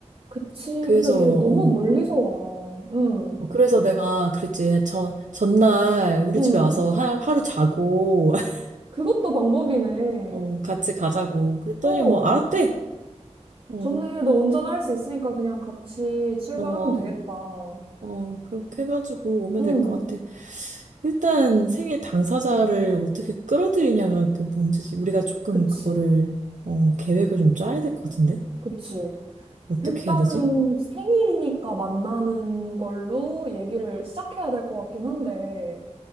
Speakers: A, on the right; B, on the right.
A: 그치.
B: 그래서,
A: 근데 걔 너무
B: 어,
A: 멀리서 와. 응,
B: 그래서 내가 그랬지. 저, 전날 우리
A: 응.
B: 집에 와서 하, 하루 자고, <laughs>
A: 그것도 방법이네.
B: 어, 같이 가자고. 그랬더니
A: 어,
B: 뭐, 알았대. 어,
A: 좋네. 너 운전할 수 있으니까 그냥 같이 출발하면
B: 어,
A: 되겠다.
B: 어, 그렇게 해가지고 오면
A: 응,
B: 될 것 같아. 일단 생일 당사자를 어떻게 끌어들이냐가 그 문제지. 우리가 조금
A: 그치.
B: 그거를, 어, 계획을 좀 짜야 될 것 같은데?
A: 그치.
B: 어떻게
A: 일단은
B: 해야 되지?
A: 생일이니까 만나는 걸로 얘기를 시작해야 될 것 같긴 한데,